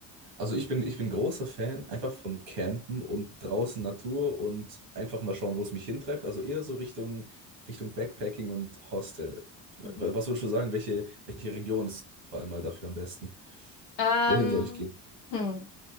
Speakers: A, on the right (about 85°); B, on the left (about 85°).
A: Also ich bin, ich bin großer Fan einfach von Campen und draußen Natur und einfach mal schauen, wo es mich hintreibt. Also eher so Richtung, Richtung Backpacking und Hostel. W-
B: Mhm.
A: Was würdest du sagen? Welche, welche Region ist vor allem mal dafür am besten?
B: Ähm,
A: Wohin soll ich gehen?
B: hm.